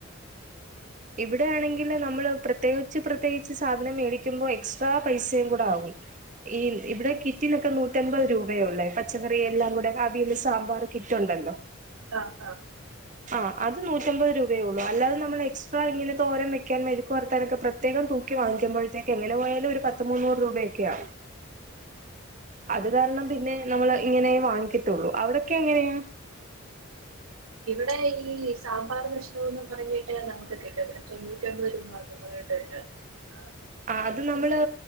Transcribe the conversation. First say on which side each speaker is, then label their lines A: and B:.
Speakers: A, on the right; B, on the right.
A: <inaudible>
B: ഇവിടെയാണെങ്കിൽ നമ്മൾ പ്രത്യേകിച്ച് പ്രത്യേകിച്ച് സാധനം മേടിക്കുമ്പോൾ എക്സ്ട്രാ പൈസയും കൂടെ ആകും ഈ ഇവിടെ കിറ്റിനൊക്കെ നൂറ്റൻമ്പത് രൂപയള്ളേ പച്ചക്കറിയ എല്ലാം കൂടെ അവിയല് സാമ്പാർ കിറ്റ്ണ്ടല്ലോ
A: ആഹ് ആഹ്
B: ആ അത് നൂറ്റമ്പത് രൂപയള്ളൂ അല്ലാതെ നമ്മള് എക്സ്ട്രാ ഇങ്ങനെതോരം വക്കാൻ മെഴുക്ക്പുരട്ടാനൊക്കെ പ്രത്യേക തൂക്കി വാങ്ങിക്കുമ്പഴത്തേക്ക എങ്ങനെ പോയാല ഒരു പത്ത് മുന്നൂറ് രൂപയ ക്യാ
A: <inaudible>
B: അത് കാരണം പിന്നെ നമ്മള് ഇങ്ങനെ വാങ്ങിക്കത്തുള്ളൂ അവിടെ ക്കെ എങ്ങനെയ
A: ഇവിടെ ഈ സാമ്പാർ കഷ്ണമന്ന് പറഞ്ഞിട്ട് നമുക്ക് കിട്ടും ഇവിടെ തൊണ്ണൂറ്റിമ്പത് രൂപ എന്ന് പറഞ്ഞിട്ട് കിട്ടോ ആ
B: ആഹ് അത് നമ്മള്